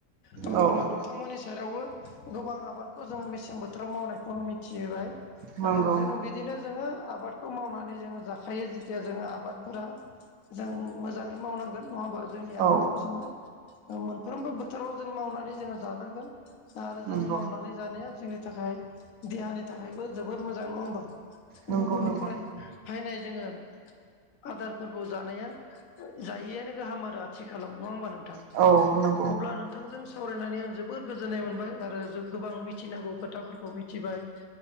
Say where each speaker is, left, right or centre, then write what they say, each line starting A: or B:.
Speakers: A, on the left; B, on the right.
A: दा होमबोब्ला
B: औ
A: नों <unintelligible> बिथांमोननि सायदावबो गोबां आबादखौ जोङो मेसें बोथोराव मावनायखौ मि <unintelligible>
B: नंगौ
A: आरो जों बिदिनो जोङो आबादखौ मावनानै जोङो जाखायो जिथिया जोङो आबादफोरा जों मोजाङै मावनांगौ जों नङाबा जोंनि
B: औ
A: आबादखौ जोङो मोनफ्रोमबो बोथोराव जों मावनानै जोङो जानांगोन। आरो
B: नंगौ
A: जों मावनानै जानाया जोंनि थाखाय देहानि थाखायबो जोबद मोजां नङा होमबा
B: नंगौ
A: गुबुननिफ्राय
B: नंगौ
A: फैनाय जोङो आदारफोरखौ जानाया जायैआनो गाहाम आरो आथिखालाव नङा होमबा नोंथां
B: औ नों
A: अब्ला नोंथांजों सावरायनानै आं जोबोर गोजोननाय मोनबाय आरो गोबां मिथिनांगौ खोथाफोरखौ मिथ थिबाय